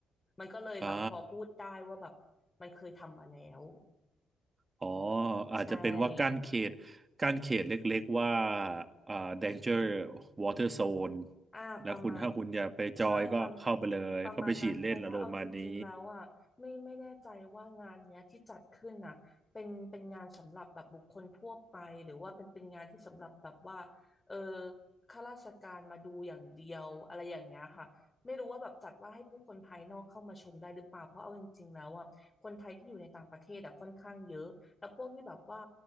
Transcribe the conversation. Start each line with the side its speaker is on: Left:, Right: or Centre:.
Left: มันก็เลยแบบพอพูดได้ว่าแบบมันเคยทำมาแล้ว
Right: อ่าอ๋อ
Left: ใช่
Right: อาจจะเป็นว่ากั้นเขตกั้นเขตเล็กๆว่าอ่า danger water zone
Left: อ่าประมาณ
Right: แล้วคุณถ้าคุณอยากไปจอยก็เข้าไปเลยเข้าไปฉีดเล่นละโรมณ์ประมาณนี้
Left: ใช่ประประมาณนั้นเพราะว่าเอาจริงๆแล้วอ่ะไม่ไม่แน่ใจว่างานเนี้ยที่จัดขึ้นน่ะเป็นเป็นงานสำหรับแบบบุคคลทั่วไปหรือว่าเป็นเป็นงานที่สำหรับแบบว่าเออข้าราชการมาดูอย่างเดียวอะไรอย่างเงี้ยค่ะไม่รู้ว่าแบบจัดว่าให้ผู้คนภายนอกเข้ามาชมได้หรือเปล่าเพราะเอาจริงๆแล้วอ่ะคนไทยที่อยู่ในต่างประเทศอ่ะค่อนข้างเยอะแล้วพวกที่แบบว่า